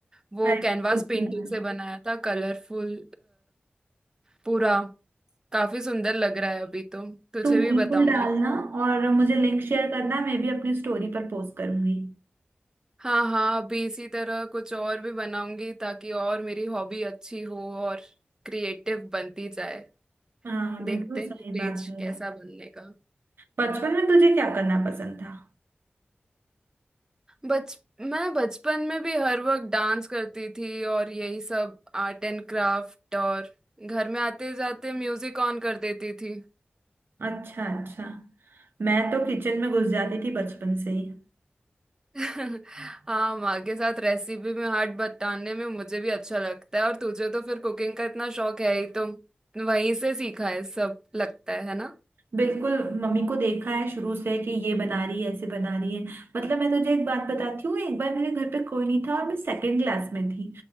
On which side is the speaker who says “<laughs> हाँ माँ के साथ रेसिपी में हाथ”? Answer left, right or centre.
Right